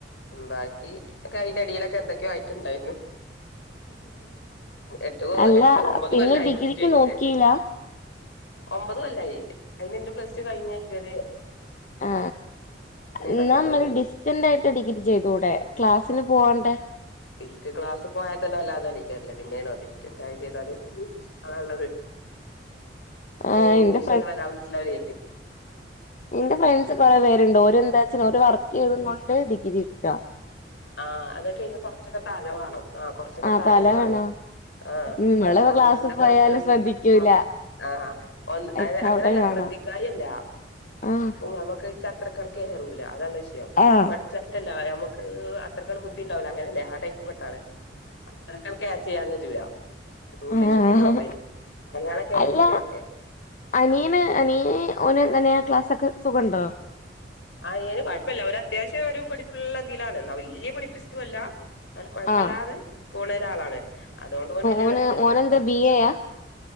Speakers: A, on the left; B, on the left.
A: ഉ ബാക്കി അന്റെ അടിയിലൊക്കെ എന്തൊക്കെയ ആയിട്ട്ണ്ടായിരുന്നു എട്ട്
B: അല്ല
A: എട്ട് ഒമ്പത്
B: പിന്നെ
A: കൊല്ലായി
B: ഡിഗ്രിക്ക്
A: പ്ലസ് ടു കഴിഞ്ഞിട്ട്
B: നോക്കിലാ
A: ഒമ്പത് കൊല്ലായി അയിന് ഇന്റെ പ്ലസ് ടു കഴിഞ്ഞക്കന്നെ
B: ആ എന്നാ
A: കല്യാണം
B: ഡിസ്റ്റന്റായിട്ട് ഡിഗ്രി ചെയ്തൂടെ
A: കഴിഞ്ഞു
B: ക്ലാസ്സിന് പോവാ ണ്ടേ
A: എനിക്ക് ക്ലാസ് പോവാ തന്നെ വല്ലാതെ അല്ല പിന്നെ ഡിസ്റ്റന്റ് ആയി ചെയ്താല് നല്ലത്
B: ആഹ്
A: ഇംഗ്ലീഷ്
B: എന്റെ
A: ഒന്നും വല്ലാ മനസിലാവൂലെ
B: ഇന്റെ ഫ്രണ്ട്സ് കൊറേ പേരുണ്ട്. ഓരെന്താ വച്ച് ണ് വർക്ക് ചെയ്തും കൊണ്ട് ഡിഗ്രിട്ക്കാ
A: ആഹ് അതൊക്കെ അയ്ന് കൊറച്ചൊക്കെ തല വാണം. ആഹ് കൊറച്ചൊക്കെ
B: ആ
A: തലിം
B: തല
A: വാണേ
B: വേണം
A: ആഹ്
B: ഉം ഇവള്
A: ഇതോന്നന്നേ
B: ക്ലാസ് പോയാല്
A: കോൺസ്ട്രൻ
B: ശ്രദ്ധിക്കൂല
A: പോ ആഹ് ഒന്ന്
B: എക്സാം
A: അത് അങ്ങനല്ല
B: ടൈം
A: സ്ര
B: ആണോ
A: ദ്ധിക്കായിയല്ലാ
B: ആഹ്
A: നമക്ക് ച്ചത്ര കണക്കേറൂലാ. അതല്ല വിഷ്യോം.
B: ആഹ്
A: പഠിച്ചത്തല്ല നമക്ക് ഹ് അത്രക്കങ്ട്ട് ബുദ്ധിണ്ടാവൂലാ അങ്ങനെയല്ല. ആ ടൈപ്പ് പെട്ടാണ്. അത്രക്ക ക്യാച്ചെയ്യാ കജൂലാ ഇംഗ്ലീഷും
B: ആഹ്
A: കൂടി ആവുമ്പേ മലയാളൊക്കാണെങ്കി
B: അല്ല
A: പിന്നേം ഓക്കെ.
B: അനിയന് അനിയന് ഓന് അനേ ആ ക്ലാസൊക്കെ സുഖണ്ടോ?
A: അനിയന് കൊഴപ്പല്ല. ഒരത്യാവശ്യൊരു പഠിപ്പുള്ളതിലാണ്. ന്നാ വല്ല്യ പഠിപ്പിസ്റ്റും അല്ലാ ന്നാലും കൊഴപ്പല്ലാതെ
B: ആഹ്
A: പോണൊരാളാണ്. അതോണ്ടോന് വല്ല്യ
B: ഓന്
A: തെര്ക്കില്ല
B: ഓനെന്താ ബി എയാ